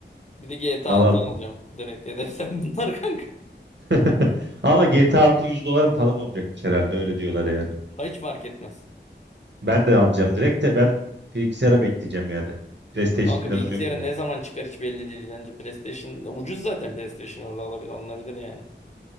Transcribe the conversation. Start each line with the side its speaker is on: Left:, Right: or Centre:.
Left: Bir de GTA
Right: Al
Left: 6
Right: al.
Left: Aa, alacağım. Direkt hedeflerim bunlar <laughs> kanka.
Right: <laughs> Ama GTA 6 100 dolar falan olacakmış herhalde öyle diyorlar yani.
Left: Ha, Hiç fark etmez.
Right: Ben de alacağım direkt de ben bilgisayara bekleyeceğim yani. PlayStation
Left: Kanka
Right: planım
Left: bilgisayara
Right: yok benim.
Left: ne zaman çıkar hiç belli değil. Bence PlayStation ucuz zaten PlayStation orada alabilir, alınabilir yani.